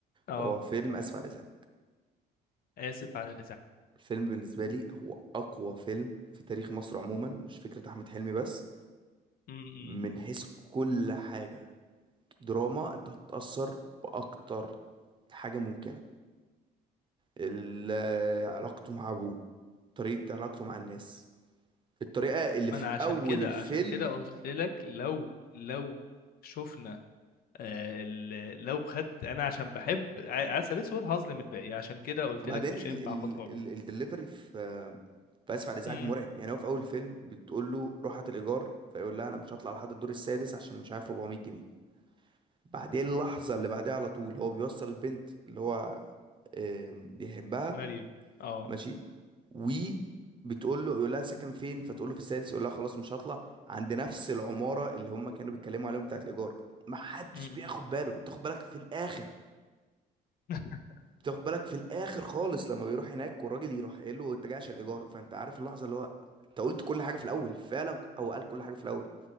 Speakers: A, on the left; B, on the right.
A: أه
B: هو فيلم اسف على الازعاج
A: آسف على
B: الفيلم بالنسبه لي هو اقوى فيلم في تاريخ مصر عموما مش فكره احمد حلمي بس
A: الإزعاج
B: من حيث كل حاجه دراما انت هتتاثر باكتر حاجة ممكنة ال- علاقته مع أبوه طريقة علاقته مع الناس الطريقة اللي
A: ما
B: في
A: انا عشان
B: أول
A: كده
B: الفيلم
A: عشان كده قلت لك لو لو شفنا آه ال- لو خد انا عشان بحب ع- عسل اسود هظلم الباقي عشان كده قلت
B: وبعدين
A: لك مش
B: ال
A: هينفع
B: ال
A: اخد قرار
B: ال الدليفري في في آسف على الإزعاج
A: امم
B: مرعب يعني هو في أول الفيلم بتقول له روح هات الإيجار فيقول لها أنا مش هطلع لحد الدور السادس عشان مش عارف 400 جنيه بعدين اللحظة اللي بعدها على طول هو بيوصل البنت اللي هو آم، بيحبها
A: مريم اه
B: ماشي و بتقول له يقول لها ساكن فين فتقول له في السادس يقول لها خلاص مش هطلع عند نفس العمارة اللي هم كانوا بيتكلموا عليهم بتاعت الإيجار ما حدش
A: امم
B: بياخد باله بتاخد بالك في الآخر
A: <laughs>
B: بتاخد بالك في الآخر خالص لما بيروح هناك والراجل يروح قايل له انت جاي عشان الإيجار فانت عارف اللحظة اللي هو انت قلت كل حاجة في الأول فعلا او قال كل حاجة في الأول